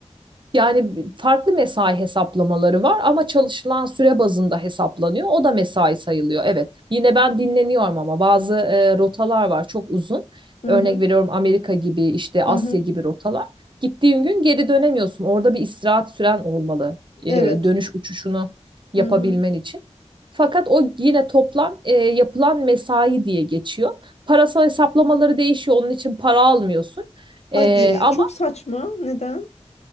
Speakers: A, on the right; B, on the left.
A: Yani farklı mesai hesaplamaları var ama çalışılan süre bazında hesaplanıyor. O da mesai sayılıyor. Evet. Yine ben dinleniyorum ama bazı e, rotalar var çok uzun.
B: Hı
A: Örnek
B: hı.
A: veriyorum Amerika gibi işte
B: Hı
A: Asya
B: hı.
A: gibi rotalar. Gittiğin gün geri dönemiyorsun. Orada bir istirahat süren olmalı. e,
B: Evet.
A: dönüş uçuşunu yapabilmen
B: Hı hı.
A: için. Fakat o yine toplam e, yapılan mesai diye geçiyor. Parasal hesaplamaları değişiyor. Onun için para almıyorsun.
B: Hadi.
A: Ee, ama
B: Çok saçma. Neden?